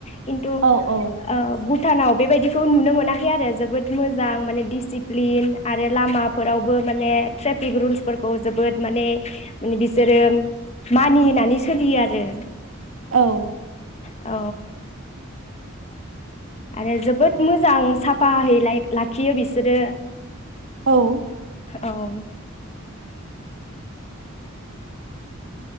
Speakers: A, on the left; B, on the right.
A: खिन्थु
B: औ
A: ओ बु भुटानाव बेबायदिखौ नुनो मोनाखै आरो जोबोद मोजां माने डिसिप्लिन आरो लामाफोरावबो माने ट्रेफिक रुल्सफोरखौ जोबोद माने माने बिसोरो मानिनानै सोलियो आरो।
B: औ
A: औ। आरो जोबोद मोजां साफायै लाखियो बिसोरो।
B: औ।
A: औ